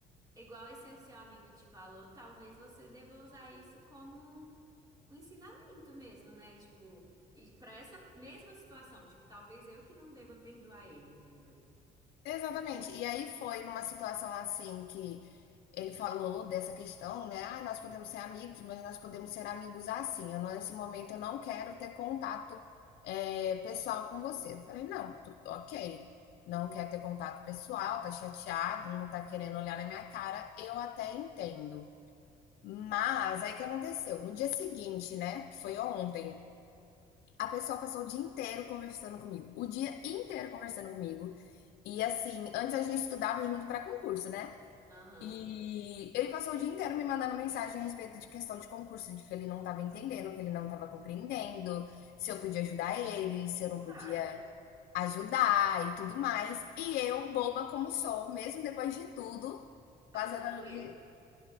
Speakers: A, on the right (about 25°); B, on the left (about 70°).
A: Igual esse é seu amigo te falou, talvez você deva usar isso como um ensinamento mesmo, né? Tipo, e para essa mesma situação, tipo, talvez eu que não deva perdoar ele, entendeu?
B: Exatamente. E aí foi numa situação assim que ele falou dessa questão, né? Ah, nós podemos ser amigos, mas nós podemos ser amigos assim. Eu, não- nesse momento eu não quero ter contato é, pessoal com você. Eu falei, não, tu- ok. Não quer ter contato pessoal, tá chateado, não tá querendo olhar na minha cara, eu até entendo. Mas aí o que aconteceu? No dia seguinte, né? Que foi ontem, a pessoa passou o dia inteiro conversando comigo. O dia inteiro conversando comigo e assim, antes a gente estudava junto para concurso, né?
A: Aham.
B: E ele passou o dia inteiro me mandando mensagem a respeito de questão de concurso, de que ele não estava entendendo, que ele não estava compreendendo, se eu podia ajudar ele, se eu não podia
A: Ai,
B: ajudar e tudo mais. E eu, boba como sou, mesmo depois de tudo,
A: ajudou
B: fazendo ali
A: ele.